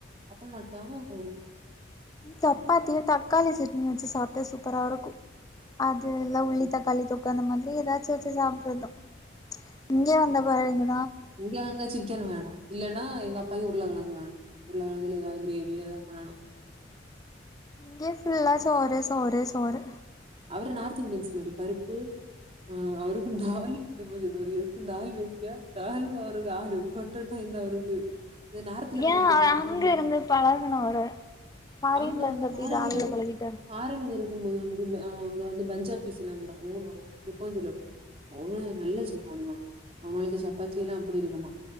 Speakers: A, on the right; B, on the left.
A: அப்ப மட்டோ ஒ
B: தப்பாத்தியு தக்காளி சட்னி வச்சு சாப்பிட்ட சூப்பரா இருக்கு அது ல உள்ளி
A: ம்.
B: தக்காளி தொ அந்த மாதிரி ஏதாச்சு வச்சு சாப்ட்றத்தா இங்கே வந்த பழகு
A: இங்க அங்த சிக்கன் வேணு இல்லனா எங்க அப் பயு உர்ளகழங்கு வேணு உர்ளகழங்குல ஏதாவு கிரேவி ஏதா பண்ணனு
B: இங்க ஃபுள்ள சோறு சோறு சோறு
A: அவுரு நார்த் இந்தியன்ஸ் மரி பருப்பு அ அவுருக்கு தால் இப் கொஞ்ச இது ஒரு இருக்கு தால் வெய்ங்க தாலு அவரு காலு பொட்டட்டோ இந்த அவ்ருக்கு இத நார்த்துல பொறக்குது
B: ஏன்
A: தப்பாங்
B: அங்க
A: கெக்கறது
B: இருந்து பழகுனவரு ஃபாரின்ல
A: அங்க
B: இருந்து
A: வந்து
B: அப்டி
A: பாரங்ளே
B: தாராள பழகிட்டாரு
A: பாரங் இருக் தும்மே அவுங்க வந்து பஞ்சா பீஸ் எல்லா உண்டா ஓ ஆவொ இப்போஞ்சொல்லியோட அவனு நல்ல செய்வானுவா அவுன்ளுக்கு சப்பாத்தி எல்லா அப்புடி இருக்குமா